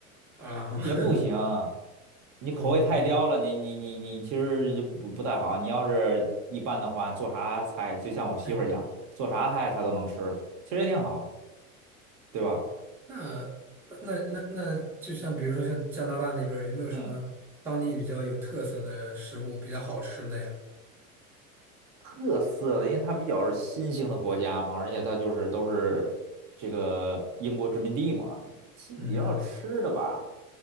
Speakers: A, in the centre; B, on the right (about 45°).
A: <laughs> 啊，
B: 也不行。
A: <laughs>
B: 你口味太刁了，
A: 哦，
B: 你你你你其实就不不太好。你要是一般的话，做啥菜就像我媳妇儿一样，
A: 哎，
B: 做啥菜她都能吃，其实也挺好，对吧？
A: 那那那那，就像比如说像加拿大那边儿有没有什么当地比较有特色的食物比较好吃的呀？
B: 嗯。特色的，因为它比较是新兴的国家嘛，而且它就是都是这个英国殖民地嘛。其实你要吃的吧，
A: 嗯，